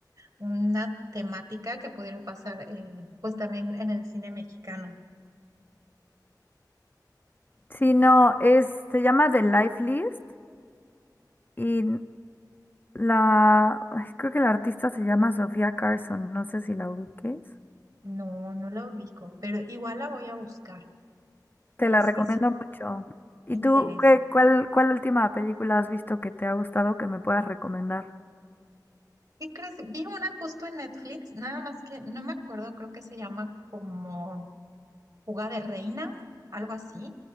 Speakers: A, on the right; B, on the left.
A: una temática que pudiera pasar, eh, pues también en el cine mexicano.
B: Sí, no, es, se llama The Life List y la, ay, creo que la artista se llama Sofía Carson, no sé si la ubiques.
A: No, no la ubico, pero igual la voy a buscar,
B: Te
A: porque
B: la
A: sí,
B: recomiendo
A: sí,
B: mucho. ¿Y
A: me interesa.
B: tú qué, cuál, cuál última película has visto que te ha gustado que me puedas recomendar?
A: ¿Qué crees? Vi una justo en Netflix, nada más que no me acuerdo, creo que se llama como... Fuga de Reinas, algo así.